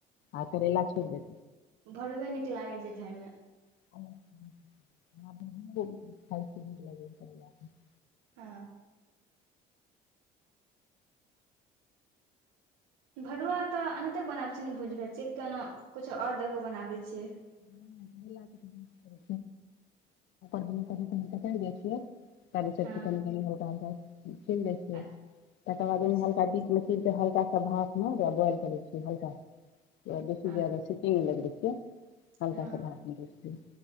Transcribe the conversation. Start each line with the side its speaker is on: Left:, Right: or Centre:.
Left: आ करैला छोड़ द
Right: भरुवे नीक लागै छै खायमे
Left: ल <unintelligible>
Right: हँ भरुआ तऽ अनाहितेक बनाबै छी ने भूजि भ छियै कि कोनो किछो ओर दऽ कऽ बनाबै छियै
Left: कर द कर त क बेठिय <unintelligible> तब त
Right: हँ
Left: कैनी हल्का हलका छीन दै छियै
Right: अ-
Left: तकर बाद
Right: अच्छा
Left: ओहि हल्का बीच मे र हल्का सा भात मे बोइल करे छियै हल्का बेसी
Right: हँ
Left: सिटिंग लगबे रहे छिये हल्का
Right: हँ
Left: से भात निक